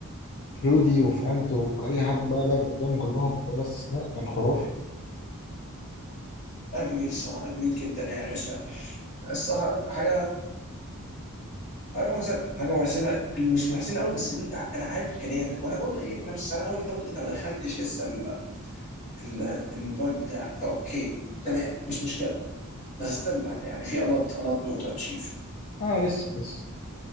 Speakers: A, on the left; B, on the left.
A: في رودي وفي انتو اي حد بقى لعب قدامه كلهم بلا استثناء كان خرافي
B: اجمد الصراحه اجمد جدا يعني مش الصراحه حاجه حاجه محزنه حاجه محزنه مش محزنه قوي بس ان انت انا عارف امكانياتك وانا برضه ايه انا مش زعلان قوي إن انت برضه إيه، انت ما دخلتش لسه ال- ال- البوينت بتاعك فاوكي تمام مش مشكله بس استلم يعني في الات الات مور تو اتشيف
A: اه لسه لسه